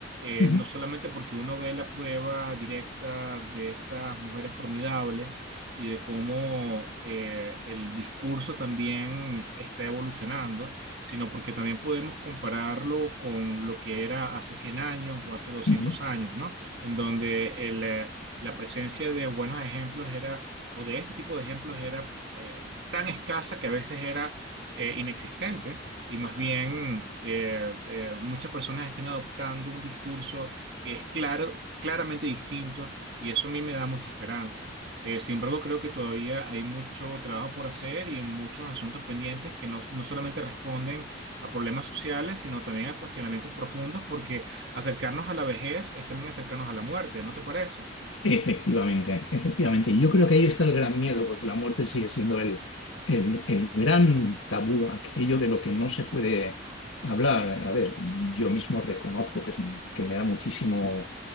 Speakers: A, on the right; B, on the left.
A: eh,
B: Ujú,
A: no solamente porque uno ve la prueba directa de estas mujeres formidables y de cómo eh, el discurso también está evolucionando, sino porque también podemos compararlo con lo que era hace 100 años o hace doscientos
B: ujú.
A: años, ¿no? En donde el... eh, la presencia de buenos ejemplos era, o de este tipo de ejemplos era eh, tan escasa que a veces era eh, inexistente y más bien eh, eh, muchas personas estén adoptando un discurso que es claro, claramente distinto y eso a mí me da mucha esperanza. Eh, sin embargo, creo que todavía hay mucho trabajo por hacer y muchos asuntos pendientes que no, no solamente responden a problemas sociales, sino también a cuestionamientos profundos, porque acercarnos a la vejez es también acercarnos a la muerte, ¿no te parece?
B: Efectivamente, efectivamente. Yo creo que ahí está el gran miedo, porque la muerte sigue siendo el, el- el gran tabú, aquello de lo que no se puede hablar. A ver, yo mismo reconozco que es un- que me da muchísimo,